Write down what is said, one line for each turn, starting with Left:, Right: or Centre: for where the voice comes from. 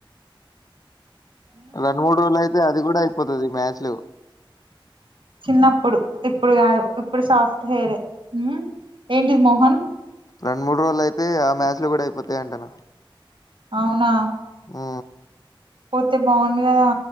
Left: రండు మూడు రోజులు అయితే అది కూడా అయిపోతది మ్యాచ్ లో.
Right: చిన్నప్పుడు ఇప్పుడు కాదు ఇప్పుడు సాఫ్ట్ హెరే ఉ. ఏంటిది మోహన్.
Left: రెండు మూడు రోజులు అయితే ఆ మ్యాచ్ లో కూడా అయిపోతాయ్ అంటన.
Right: అవునా.
Left: ఆ.
Right: పోతే బాగుంది కదా.